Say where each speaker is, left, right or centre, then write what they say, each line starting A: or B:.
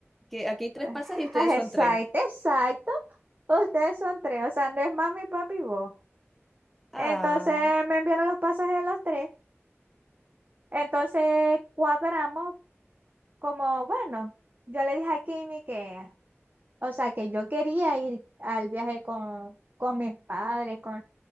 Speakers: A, in the centre; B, on the right.
A: Que aquí hay tres
B: <laughs>
A: pasas y ustedes
B: Ah,
A: son
B: Exacto,
A: tres.
B: exacto. Ustedes son tres, o sea, no es mami, papi y vos.
A: Ah.
B: Entonces me enviaron los pasajes de los tres. Entonces cuadramos como, bueno, yo le dije a Kimi que, o sea, que yo quería ir al viaje con, con mis padres, con,